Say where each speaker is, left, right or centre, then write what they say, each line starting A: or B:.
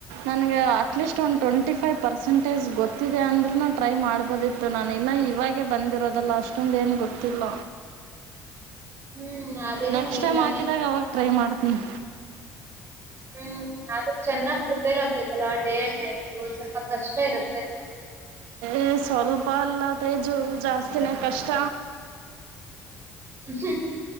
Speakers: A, on the right; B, on the right.
A: ನನಗೆ ಅಟ್ಲೀಸ್ಟ್ ಒಂದು ಟ್ವೆಂಟಿ ಫೈವ್. ಪರ್ಸೆಂಟೇಜ್ ಗೊತ್ತಿದೆ ಅಂದ್ರೂ ಟ್ರೈ ಮಾಡ್ಬೋದಿತ್ತು ನಾನು ಇನ್ನು ಇವಾಗೇ ಬಂದಿರೋದಲ್ಲ ಅಷ್ಟೊಂದು ಏನು. ಗೊತ್ತಿಲ್ಲ.
B: <unintelligible> ಹ್ಮ್ ಅದೇನೋ
A: ನೆಕ್ಸ್ಟ್
B: ನಿಜಾನೇ.
A: ಟೈಮ್ ಹಾಕಿದಾಗ ಅವಾಗ ಟ್ರೈ ಮಾಡ್ತೀನಿ.
B: ಹ್ಮ್ ಅದು ಚೆನ್ನಾಗ್ ಪ್ರಿಪೇರ್ ಆಗ್ಬೇಕಲ್ಲ ಡೇ ಅಂಡ್ ನೈಟ್ ಸ್ವಲ್ಪ ಕಷ್ಟ ಇರುತ್ತೆ.
A: ಏ ಸ್ವಲ್ಪ ಅಲ್ಲ ತೇಜು ಜಾಸ್ತಿನೇ ಕಷ್ಟ.
B: ಹ್ಮ